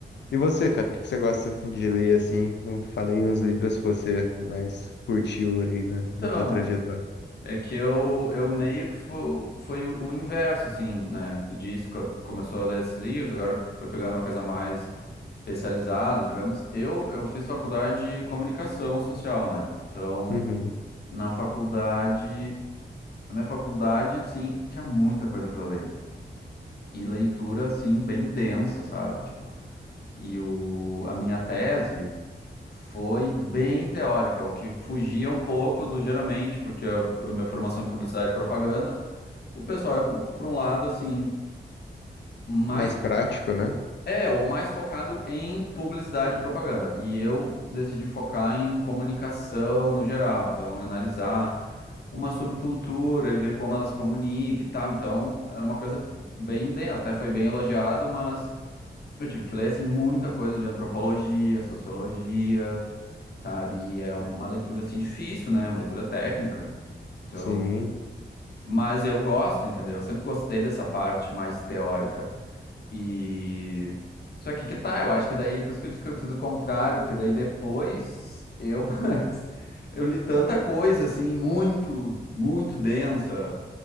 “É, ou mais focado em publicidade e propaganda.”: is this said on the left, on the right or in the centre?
Left